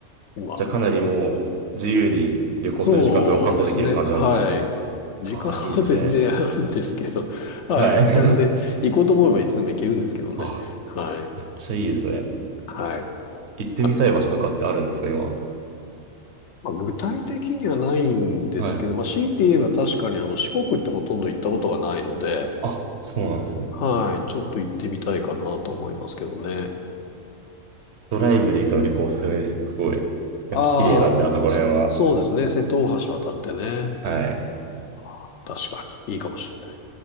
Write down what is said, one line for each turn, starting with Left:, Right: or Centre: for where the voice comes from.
Left: 今、
Right: じゃあかなりもう自由に旅行する時間とかも確保できるって感じなんですね。
Left: そうですね。はい。時間は全然あるんですけど。
Right: ああ、いいですね。
Left: <laughs> はい。
Right: はい。
Left: なんで、行こうと思えばいつでも行けるんですけどね。
Right: <laughs> あ、
Left: はい。
Right: めっちゃいいですね。
Left: はい。
Right: 行ってみたい場所とかってあるんですか、
Left: あ
Right: 今。
Left: まあ、具体的にはないんですけど、
Right: はい。
Left: まあ、強いて言えば確かにあの四国ってほとんど行ったことがないので、
Right: あ、そうなんですね。
Left: はい。ちょっと行ってみたいかなと思いますけどね。
Right: ドライブで行くの結構おすすめですよ。すごい。
Left: ああ、
Right: やっぱ綺麗なんで、あそこら辺は。
Left: そ、そうですね。瀬戸大橋渡ってね。
Right: はい。
Left: あー確かにいいかもしれない。